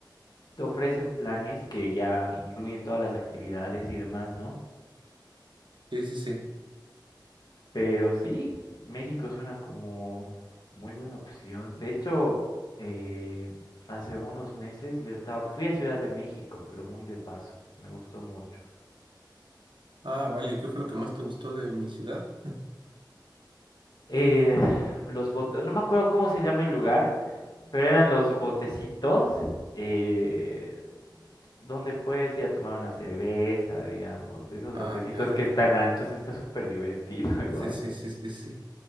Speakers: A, on the left; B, on the right.
A: te ofrecen planes que ya incluyen todas las actividades y demás, ¿no?
B: Sí, sí, sí.
A: Pero sí, México suena como muy buena opción. De hecho, eh, hace unos meses yo estaba, fui a Ciudad de México, pero muy de paso. Me gustó mucho.
B: Ah, vale, ¿qué fue lo que más te gustó de mi ciudad? <laughs>
A: Eh, los bote- no me acuerdo cómo se llama el lugar, pero eran los botecitos eh, donde puedes ir a tomar una cerveza, digamos. de Esos
B: Ah,
A: botecitos
B: ya, ya,
A: que están
B: ya.
A: anchos, está súper divertido <laughs> igual.
B: Sí, sí, sí, sí, sí.